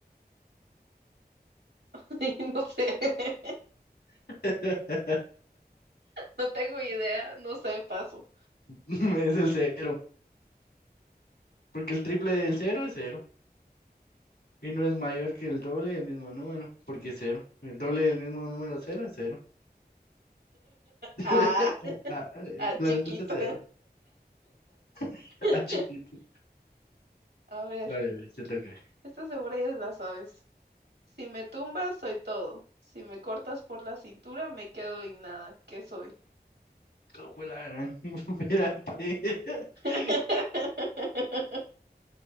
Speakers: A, on the right (about 75°); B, on the left (about 80°).
A: <laughs> no sé, <laughs>
B: <laughs>
A: no tengo idea, no sé, paso.
B: Es el cero, porque el triple del cero es cero. Y no es mayor que el doble del mismo número, porque es cero. El doble del mismo número cero es cero.
A: Ah,
B: <laughs> Ah, ah, eh,
A: ah,
B: la
A: chiquita.
B: respuesta es cero. <laughs>
A: <laughs>
B: Ah, chiquito.
A: A ver,
B: Dale, güey, se toca.
A: esta segura ya la sabes. Si me tumbas, soy todo. Si me cortas por la cintura, me quedo en nada. ¿Qué soy?
B: ¿Cómo fue la gran? <laughs> Espérate. <laughs>
A: <laughs>